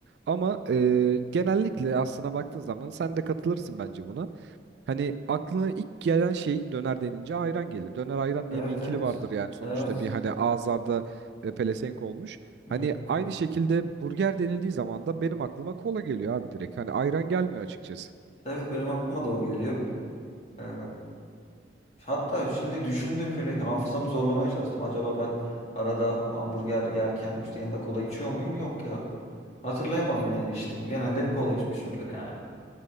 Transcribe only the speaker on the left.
Evet
evet.
Evet.
Hı
hı.
Evet benim aklıma da o geliyor. Ee, Hatta şimdi düşündüm bile hafızamı zorlamaya çalıştım. Acaba ben arada hamburger yerken işte yanında kola içiyor muyum? Yok ya. Hatırlayamadım yani içtim. Genelde hep kola içmişimdir yani.